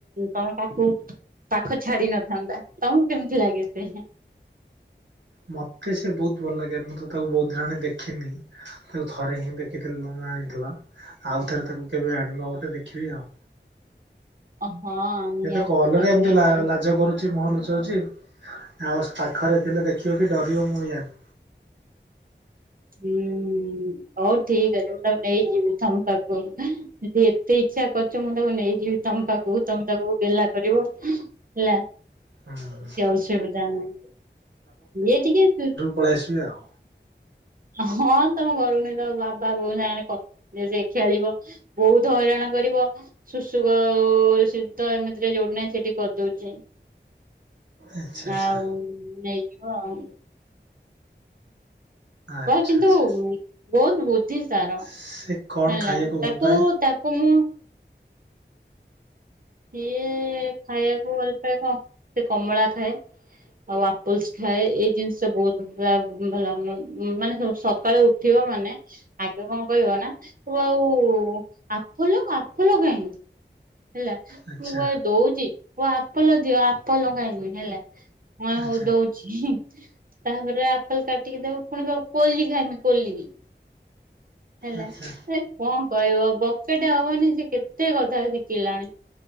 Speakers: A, on the right; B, on the right.
A: ତମ ତାକୁ ପାଖ ଛାଡି ନଥାନ୍ତା ତମକୁ କେମିତି ଲାଗେ ସେ
B: ମତେ ସେ ବହୁତ ଭଲ ଲାଗେ ମୁଁ ତ ତାକୁ ବହୁଦ୍ଧ ଦିନ ଦେଖିନି। ତାକୁ ଥରେ ହିଁ ଦେଖିଥିଲି ମୁଁ ଆଣିଥିଲ ଆଉ ଥରେ ତାକୁ କେବେ ଆଣିବ ଗୋଟେ ଦେଖିବି ଆଉ।
A: ହଁ। ନିହାତି
B: ସେତ କଲ
A: ତାକୁ
B: ରେ ଏମିତି
A: ନେବି
B: ଲାଜ କରୁଛି। ମୁହଁ ଲୁଚାଉଛି ଆଉ ପାଖରେ ଥିଲେ ଦେଖିବ କି ଡରିବ ମୁଁ ବି ଜାଣିି।
A: ଉମ୍ ହଉ ଠିକ ଅଛି <unintelligible> ନେଇଯିବି ଥମ ପାାଖ ଯଦି ଏତେ ଇଛା କରିଛ ମୁଁ ତାକୁ ନେଇଯିବି ତମ ପାଖକୁ ତମେ ତାକୁ ଗେଲା କରିବ। ହେଲା କିଛି
B: ହୁଁ
A: ଅସୁବିଧା ନାହିଁ ଇଏ ଟିକେ
B: ପଳଆସିବି ଆଉ।
A: ହଁ ତମ ଘରୁକୁ ନେଇ ତ ବାବା ବୋଉ ସାଙ୍ଗ ସେ ଖେଳିବ। ବହୁତ ହଇରାଣ କରିବ। ସୁଶୁ ଶେ ତ ଏମିତିରେ ଯୋଉଠି ନାହିଁ ସେଠି କରିଦଉଛି।
B: ଆଚ୍ଛା ଆଚ୍ଛା
A: ଆଉ ନେଇଯିବ ଆଉ।
B: ଆଚ୍ଛା
A: ବା କିନ୍ତୁ
B: ଆଚ୍ଛା
A: ବହୁତ୍ ବୁଦ୍ଧି ତାର।
B: ସେ କଣ
A: ହେଲା
B: ଖାଇବାକୁ ଭଲ
A: ତାକୁ
B: ପାଏ?
A: ତାକୁ ମୁଁ ସିଏ ଖାଇବାକୁ ଭଲ ପାଏ କଁ ସେ କମଳା ଖାଏ। ଆଉ ଆପଲସ ଖାଏ ଏଇ ଜିନିଷ ବହୁତ୍ <unintelligible> ମାନେ ସକାଳେ ଉଠିବ ମାନେ ଆଗେ କଁ କହିବନା କହିବ ଆଉ ଆପ୍ ଫୁଲ ଆଫଲେ କାଇଁ। ହେଲା
B: ଆଚ୍ଛା
A: ମୁଁ କଏ ଦଉଚି କଇଁବ ଆପଲ ଦିଅ ଆପଲ କାଇଁବି ହେଲା। ହଁ
B: ଆଚ୍ଛା
A: ହଉ ଦଉ ହୁ ତାପରେ ଆପଲ କାଟିକି ଦବ ପୁଣି କଁ କୋଲି ଖାଇମିନ୍ କୋଲି ହେଲା
B: ଆଚ୍ଛା
A: ଏ କଁ କହିବ ବକେଟେ ହବନି ସେକେତେ କଥା ଶିକ୍ କିଲାଣି